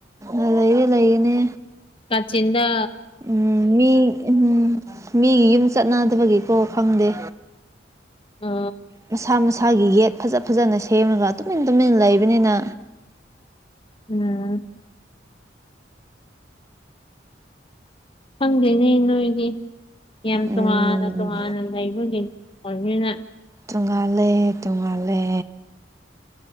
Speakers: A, on the right (about 15°); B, on the left (about 30°).
A: ꯑ ꯂꯩꯌꯦꯦ ꯂꯩꯅꯦ
B: ꯆꯤꯟꯗ
A: ꯎꯝ ꯃꯤ ꯎꯝ ꯃꯤꯒꯤ ꯌꯨꯝ ꯆꯠꯅꯗꯕꯒꯤꯀꯣ ꯈꯪꯗꯦ
B: ꯑ
A: ꯃꯁꯥ ꯃꯁꯥ ꯏꯁꯥꯒꯤ ꯌꯦꯠ ꯐꯖ ꯐꯖꯅ ꯁꯦꯝꯃꯒ ꯇꯨꯃꯤꯟ ꯇꯨꯃꯤꯟ ꯂꯩꯕꯅꯤꯅ
B: ꯎꯝ ꯈꯪꯗꯦꯅꯦ ꯅꯣꯏꯗꯤ ꯌꯥꯝ
A: ꯎꯝ
B: ꯇꯣꯉꯥꯟꯅ ꯇꯣꯉꯥꯟꯅ ꯂꯩꯕꯒꯤꯅꯤ ꯍꯃꯤꯅ
A: ꯇꯣꯡꯉꯥꯜꯂꯦ ꯇꯣꯡꯉꯥꯜꯂꯦ